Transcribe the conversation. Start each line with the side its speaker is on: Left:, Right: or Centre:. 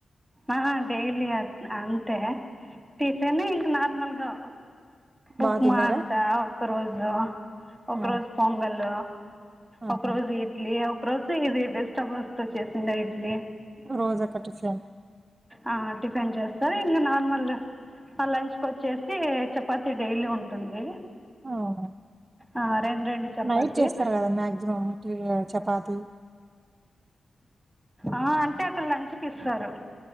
Centre: ఆ డైలీ అట్ట్నే అంతే టిఫిన్ ఆ ఇంకా నార్మల్గా
Right: బాగా
Centre: ఉప్మా
Right: తిన్నారా
Centre: అండుత ఒక రోజు ఒక
Right: ఆ
Centre: రోజు పొంగల్
Right: ఆహా
Centre: ఒక రోజు ఇడ్లీ ఒక రోజు ఇది వెజస్టబుల్స్ తో చేసిన ఇడ్లీ
Right: రోజు ఒక టిఫిన్
Centre: ఆ టిఫిన్ సరే ఇంకా నార్మల్ లంచ్కి వచ్చేసి చపాతి డైలీ ఉంటుంది
Right: అవును
Centre: ఆ! రెండు రెండు చపాతీ
Right: నైట్ చేస్తారు కదా మ్యాక్సిమం చపాతి
Centre: ఆ అంటే అక్కడ లంచ్కి ఇస్తారు